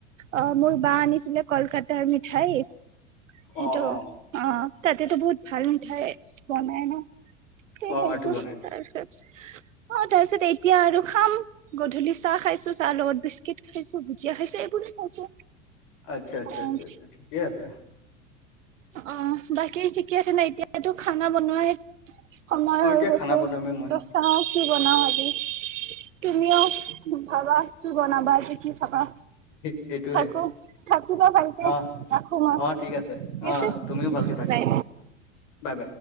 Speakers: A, on the right; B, on the left.
A: অ মোৰ বা আনিছিলে কলকাতাৰ মিঠাই সেইটো
B: অ অ
A: অ তাতেতো বহুত ভাল মিঠাই বনাই ন সেই
B: অ
A: খাইছো
B: এইটো বনাই
A: তাৰপিছত অ তাৰ পিছত এতিয়া আৰু খাম গধূলি চাহ খাইছো চাহ লগত বিস্কুট খাইছো ভুজিয়া খাইছো এইবোৰে খাইছো
B: আচ্ছা আচ্ছা
A: অ
B: আচ্ছা ঠিকে আছে
A: অ বাকী ঠিকে আছে নাই এতিয়াতো খানা বনোৱাহে সময়
B: অ
A: হৈ
B: এতিয়া
A: গৈছে
B: খানা বনামেই মই
A: ত' চাহ কি বনাওঁ আজি তুমি অ ভাজা কি বনাবা আজি কি থাকা
B: সেইটোহে
A: থাকো থাকিবা ভালকে
B: অ
A: ৰাখো মই
B: অ ঠিক আছে
A: ঠিক
B: অ
A: আছে
B: তুমিও ভালকে থাকিবা
A: বাই
B: বাই বাই